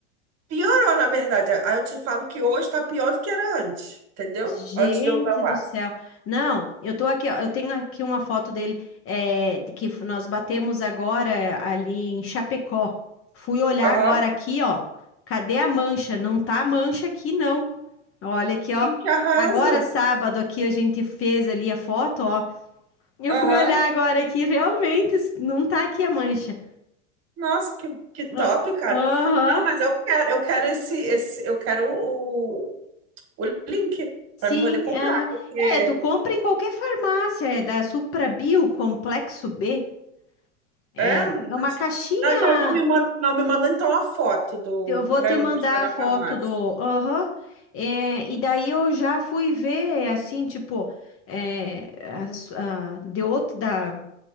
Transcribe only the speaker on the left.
Gente
do
céu. Não, eu tô aqui, ó, eu tenho aqui uma foto dele é, de que f- nós batemos agora ali em Chapecó. Fui olhar
agora aqui, ó. Cadê a mancha? Não tá a mancha aqui, não. Olha aqui,
ó.
Agora sábado aqui a gente fez ali a foto, ó. Eu
fui olhar agora aqui, realmente s- não tá aqui a mancha.
Ah,
Aham.
Sim,
aham.
É, tu compra em qualquer farmácia, é da Suprabio Complexo B. É,
é uma caixinha.
Eu vou
te
mandar
a foto
do. Aham. É, e daí eu já fui ver, assim, tipo, é, as- a- de outro da,